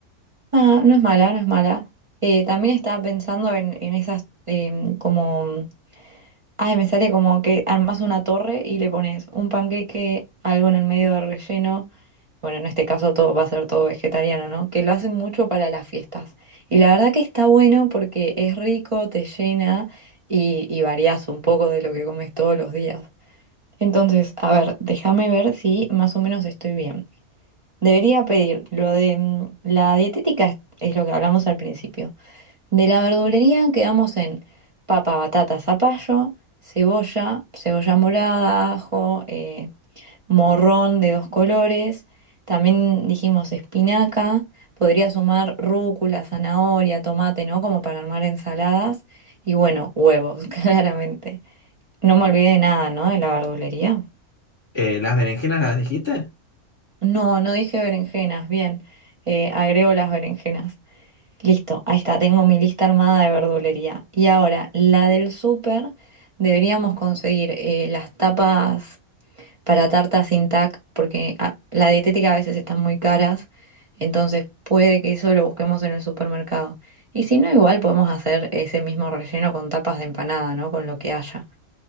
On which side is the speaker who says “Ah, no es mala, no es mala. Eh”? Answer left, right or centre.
Right